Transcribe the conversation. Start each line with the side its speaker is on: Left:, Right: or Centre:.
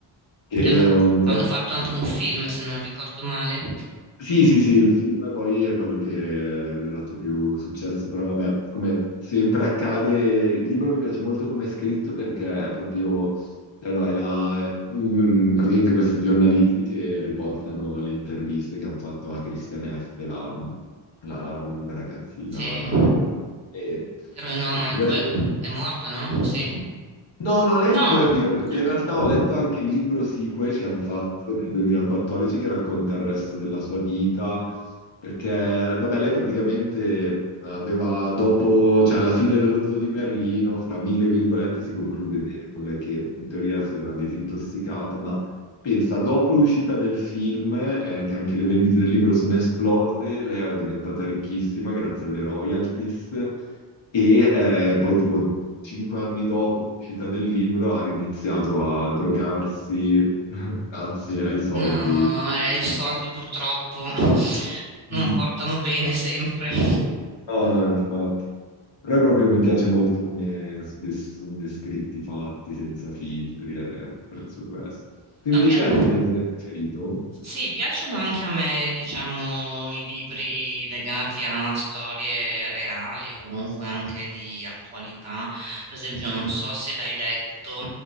Left: che
Right: Che hanno,
Left: era un po'...
Right: hanno fatto anche un film, se non ricordo male.
Left: Sì, sì, sì, il film poi è quello che le ha dato più successo, però vabbè, come sempre accade, il libro mi piace molto come è scritto perché è proprio, cioè no, è la, mm, praticamente questi giornalisti che riportano le interviste che hanno fatto a Christiane F., la, la ragazzina.
Right: Sì.
Left: E,
Right: Eroinomane,
Left: mi
Right: che
Left: piace
Right: poi
Left: molto.
Right: è morta, no? Sì.
Left: No, no, lei
Right: No,
Left: è ancora viva perché
Right: è ancora
Left: in realtà
Right: viva.
Left: ho letto anche il libro sequel che hanno fatto nel 2014 che racconta il resto della sua vita, perché vabbè, lei praticamente aveva dopo, cioè alla fine dello zoo di Berlino, fra mille virgolette si conclude bene con lei che in teoria si era disintossicata, ma pensa, dopo l'uscita del film, eh, che anche le vendite del libro sono esplose, lei è diventata ricchissima grazie alle royalties. E eh, poi tipo cinque anni dopo l'uscita del libro ha riniziato a drogarsi <laughs> grazie ai soldi.
Right: No, eh, i soldi purtroppo non
Left: Mm.
Right: portano bene sempre. <laughs>
Left: No, no, infatti. Però proprio mi piace molto come s- des- sono descritti, i fatti, senza filtri, e apprezzo
Right: Mm.
Left: questo. Tu
Right: No,
Left: invece
Right: Pia-
Left: hai un genere preferito?
Right: Sì, piacciono anche a me, diciamo, i libri legati a storie reali o comunque anche di attualità. Per esempio, non so se l'hai letto,